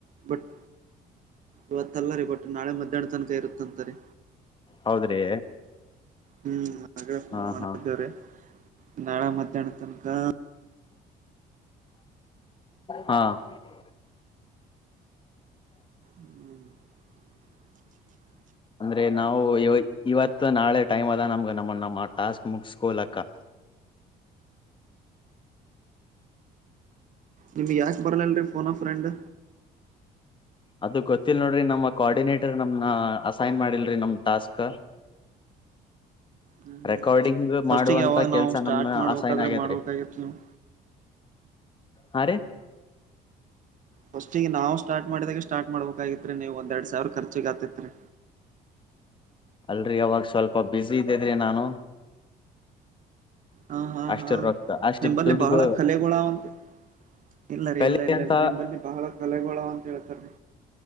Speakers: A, on the right (about 50°); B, on the left (about 30°).
A: ಬಟ್ ಇವತ್ತಲ್ಲ ರೀ ಬಟ್ ನಾಳೆ ಮಧ್ಯಾಹ್ನ ತನಕ ಇರುತ್ತ ಅಂತರಿ.
B: ಹೌದ್ರಿ
A: ಹ್ಮ್ ಮಡೆ ಫೋನ್
B: ಹಾ
A: ಮಾಡಿದ್ದೇವ್ರೆ
B: ಹಾ
A: ನಾಳೆ ಮಧ್ಯಾಹ್ನ ತನಕಾ.
B: ಹಾ <unintelligible>
A: ಹ್ಮ್ <inaudible>
B: ಅಂದ್ರೆ ನಾವು ಇವೊಯಿ ಇವತ್ತ ನಾಳೆ ಟೈಮ್ ಅದ ನಮ್ಗ ನಮ್ಮ ನಮ್ಮ ಟಾಸ್ಕ್ ಮುಗ್ಸೊಲಕ್ಕ.
A: ನಿಮ್ಗ್ ಯಾಕ್ ಬರಲ್ಲಲ್ರಿ ಪೋನ ಫ್ರೆಂಡ್.
B: ಅದು ಗೊತ್ತಿಲ್ಲ್ ನೋಡ್ರಿ ನಮ್ಮ್ ಕ್ವರ್ಡಿನೇಟರ್ ನಮ್ನ ಅಸೈನ್ ಮಾಡಿಲ್ರಿ ನಮ ಟಾಸ್ಕ.
A: ಹ್ಮ್ ಹ್ಮ್
B: ರೆಕ್ವರ್ಡಿಂಗ್
A: ಫಸ್ಟಿಗೆ
B: ಮಾಡುವಂತ
A: ಯಾವಾಗ
B: ಕೆಲ್ಸ
A: ನಾವು ಸ್ಟಾರ್ಟ್
B: ನಮ್ನ
A: ಮಾಡ್ಬೇಕಾದ್ರೆ
B: ಅಸೖನ್ ಆಗ್ಯದ್ರಿ.
A: ಮಾಡ್ಬೇಕಾಗಿತ್ತು ನೀವು
B: ಹಾ ರಿ.
A: ಫಸ್ಟಿಗಿ ನಾವು ಸ್ಟಾರ್ಟ್ ಮಾಡಿದೆಗೆ ಸ್ಟಾರ್ಟ್ ಮಾಡ್ಬಕಾಗಿತ್ರಿ ನೀವು ಒಂದ್ ಎರ್ಡ್ ಸಾವಿರ ಕರ್ಚಿಗ್ ಆತಿತ್ರಿ.
B: ಅಲ್ರಿ ಅವಾಗ ಸ್ವಲ್ಪ ಬೀಜಿ ಇದ್ದಿದ್ರಿ ನಾನು.
A: ಹಾ ಹಾ
B: ಅಷ್ಟು
A: ಹಾ
B: ರೊಕ್ಕ ಅಷ್ಟು
A: ನಿಂಬಲ್ಲಿ
B: ದುಡ್ಡುಗೂ
A: ಬಹಳ ಕಲೆಗೋಳ ಅವಂತೆ. ಇಲ್ಲರಿ
B: ಕಲಿ
A: ಇಲ್ಲ ಇಲ್ಲ
B: ಅಂತ
A: ಇಲ್ಲ ನಿಂಬಲ್ಲಿ ಬಹಳ ಕಲೆಗೋಳ ಆವಂತ ಹೇಳ್ತಾರಿ.